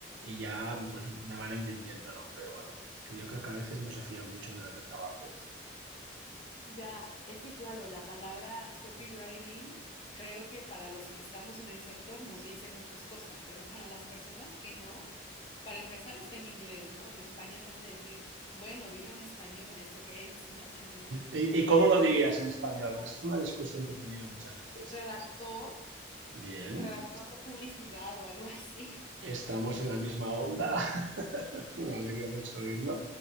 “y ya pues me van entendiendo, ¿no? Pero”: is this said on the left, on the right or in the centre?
Right